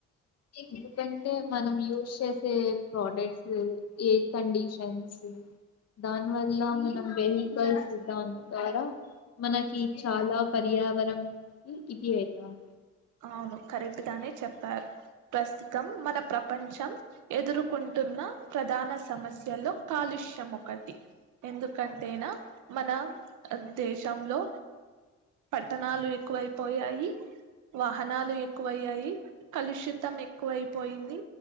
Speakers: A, on the left; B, on the right.
A: ఎందుకంటే మనం యూస్ చేసే ప్రోడక్ట్స్ ఎయిర్ కండడిషన్స్ దాని వల్ల మనం వెహికల్స్ దాని ద్వారా మనకి చాలా పర్యావరణ ఇది అవుతుంది
B: అవును కరెక్ట్ గానే చెప్పారు ప్రస్తుతం మన ప్రపంచం ఎదుర్కొంటున్న ప్రధాన సమస్యలు కాలుష్యము ఒకటి ఎందుకంటేన మన దేశంలో పట్టణాలు ఎ కువైపోయయి వాహనాలు ఎక్కువ అయ్యాయి కలుషితం ఎక్కువైపోయింది